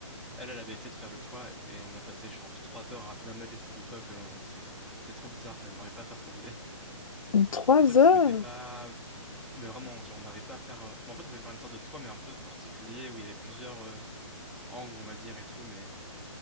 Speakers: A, in the centre; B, on the left.
A: Elle, elle avait essayé de faire le toit et on a passé genre trois heures à bien mettre les trucs de toit que on- c'est- c'était c'était trop bizarre et on n'arrivait pas à faire ce qu'on voulait. <laughs>
B: Mhm. Trois
A: Les trucs,
B: heures?
A: ils se mettaient pas Mais vraiment, genre, on n'arrivait pas à faire. euh, bon, en fait, on voulait faire une sorte de toit, mais un peu particulier, où il y avait plusieurs euh, angles, on va dire, et tout, mais